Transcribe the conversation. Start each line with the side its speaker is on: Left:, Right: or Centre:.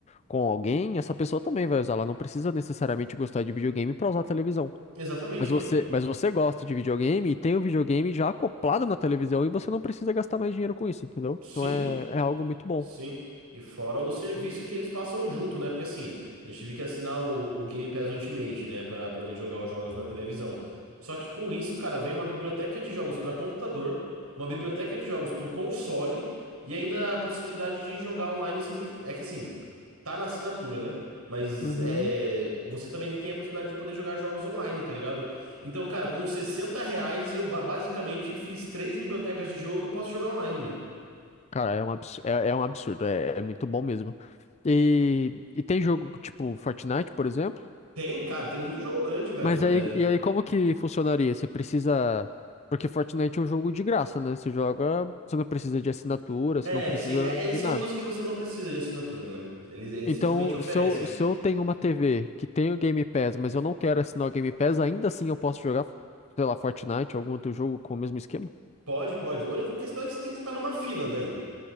Left: com alguém, essa pessoa também vai usar. Ela não precisa necessariamente gostar de videogame para usar a televisão.
Right: Exatamente,
Left: Mas você,
Right: mano.
Left: mas você gosta de videogame e tem o videogame já acoplado na televisão e você não precisa gastar mais dinheiro com isso, entendeu?
Right: Sim.
Left: Então é, é algo muito bom.
Right: Sim, e fora o serviço que eles passam junto, né? Porque assim, eu tive que assinar o, o Game Pass Ultimate, né, Pra poder jogar os jogos na televisão. Só que com isso, cara, vem uma biblioteca de jogos pra computador, uma biblioteca de jogos pro console e ainda a possibilidade de jogar online sem ter que... É que assim, tá na assinatura, né? Mas
Left: Uhum.
Right: é, você também tem a possibilidade de poder jogar jogos online, tá ligado? Então, cara, com 60 reais eu ba- basicamente fiz três bibliotecas de jogo e posso jogar online, mano.
Left: Cara, é um absurdo, é, é um absurdo, é, é muito bom mesmo. E, e tem jogo tipo Fortnite, por exemplo,
Right: Tem, cara, tem muito jogo grande, velho.
Left: mas aí,
Right: É,
Left: e aí como que funcionaria? Você precisa, porque Fortnite é um jogo de graça, né? Você joga, você não precisa de assinatura,
Right: é
Left: você não precisa
Right: sim. É, é- esse
Left: de nada.
Right: é um dos que você não precisa de assinatura, né? Eles, eles
Left: Então,
Right: simplesmente oferecem.
Left: se eu, se eu tenho uma TV que tem o Game Pass, mas eu não quero assinar o Game Pass, ainda assim eu posso jogar, sei lá, Fortnite, algum outro jogo com o mesmo esquema?
Right: Pode, pode. A única questão é que você tem que ficar numa fila daí.